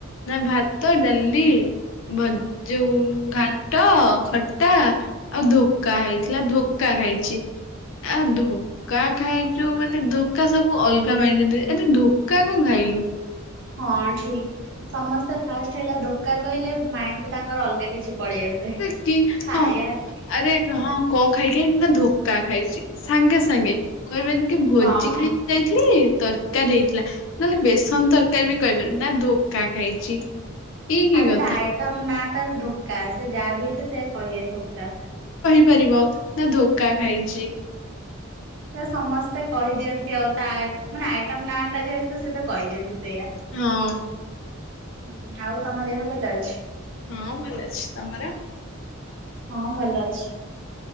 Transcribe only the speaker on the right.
ହଁ ଠିକ ସମସ୍ତେ ଫାଷ୍ଟ ହେଲା ଧୋକା କହିଲେ ମାଇଣ୍ଡ କୁ ତାଙ୍କର ଅଲଗା କିଛି- ପଳେଇ ଆସେ।
ଖାଇବା
ହଁ ହଁ
ଆରେ
ତା ଆଇଟମ୍ ନା। ଟା ଧୋ କ୍ କା ସେ ଯାହା ବି ହେଲେ ସେ କହିବେ ଧୋକା।
ସେ ସମସ୍- ସେ କହିଦିଅନ୍ତି ଆଉ ତା ମାନେ ଆଇଟମ ନାଁ ଟା ଯେହେତୁ ସେତ କହିଦିଅନ୍ତି। ସେଇଆ।
ହୁଁ, ଆଉ ତମ ଦେହ ଭଲ ଅଛି!।
ହଁ, ଭଲ ଅଛି।